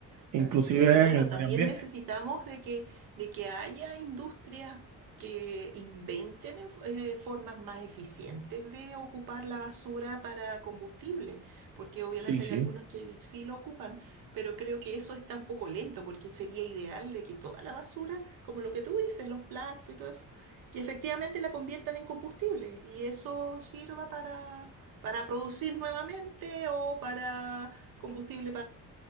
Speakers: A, on the right (about 60°); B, on the right (about 80°).
A: inclusive
B: Así es. Bueno,
A: en el medio
B: también
A: ambiente.
B: necesitamos de que, de que haya industrias que inventen en- eh, formas más eficientes de ocupar la basura para combustible, porque obviamente
A: Sí, sí.
B: hay algunos que sí lo ocupan, pero creo que eso está un poco lento, porque sería ideal de que toda la basura, como lo que tú dices, los plásticos y todo eso, que efectivamente la conviertan en combustible y eso sirva para, para producir nuevamente o para combustible